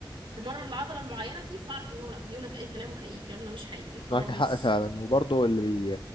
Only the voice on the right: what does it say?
تمرن العضلة المعينة دي فاعرف ان هو لا بيقول لك اي كلام وحقيقي الكلام ده مش حقيقي خالص